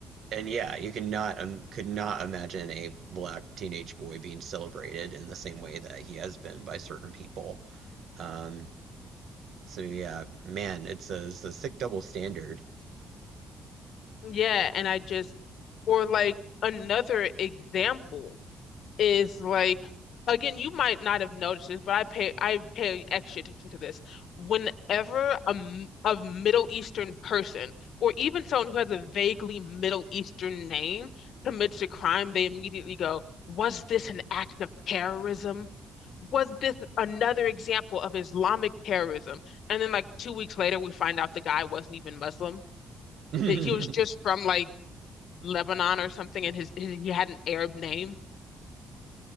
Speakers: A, on the right (about 60°); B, on the left (about 65°).
A: and yeah, you cannot um, could not imagine a black teenage boy being celebrated in the same way that he has been by certain people. Um, so yeah, man, it's a, it's a sick double standard.
B: yeah and I just or like another example is like again, you might not have noticed this, but I pay I pay extra attention to this. Whenever a, m- a Middle Eastern person or even someone who has a vaguely Middle Eastern name commits a crime, they immediately go, "Was this an act of terrorism?" Was this another example of Islamic terrorism? And then, like two weeks later, we find out the guy wasn't even Muslim.
A: <laughs>
B: He, he was just from like Lebanon or something, and his, his he had an Arab name.